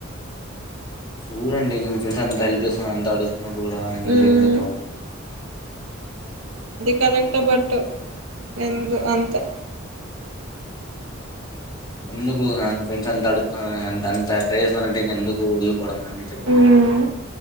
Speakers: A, on the left (about 20°); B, on the right (about 80°).
A: చూడండి నేను ఫ్రెండ్స్ అంత తలి చేేసుకుని అంత అడుగ్ తున్న కూడా ఎందుకు
B: ఉమ్
A: ఎందుకు పా
B: కరెక్ట్ బట్ ఎందు అంతె
A: ఎందుకు న ఫ్రెండ్స్ అంత అడుగుతున్న అన్ అంత టై చేస్తుారంటే ఇంక ఎందుకు కోడం అండీ చెప్పండి
B: ఉమ్